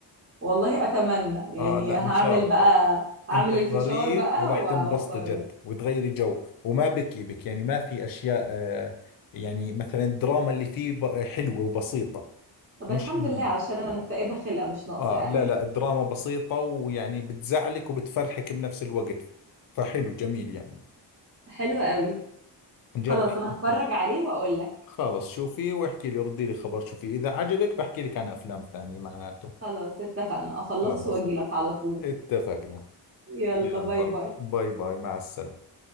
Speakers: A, on the right; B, on the left.
A: والله اتمنى
B: اه
A: يعني
B: لا
A: هعمل
B: ان شاء الله
A: بقى هعمل
B: انت احضريه
A: الفشار بقى
B: وراح
A: و-
B: تنبسطي
A: واتفرج
B: جد وتغيري جو وما بكي بك يعني ما في اشياء آه يعني مثلا الدراما اللي فيه ب- حلوة وبسيطة
A: طب
B: مش
A: الحمد
B: إنه-
A: لله عشان انا مكتئبة خلقة مش ناقصة
B: اه
A: يعني
B: لا لا الدراما بسيطة ويعني بتزعلك وبتفرحك بنفس الوقت فحلو جميل يعني
A: <laughs> حلوة قوي
B: جربي
A: خلاص انا هتفرج
B: أنت.
A: عليه واقول لك
B: خلص شوفي واحكي لي ردي لي خبر شوفي اذا عجبك بحكي لك عن افلام ثانية معناته
A: خلاص اتفقنا اخلصه
B: خلص
A: واجي لك على طول
B: اتفقنا
A: يلا
B: يلا
A: باي باي
B: باي باي مع السلامة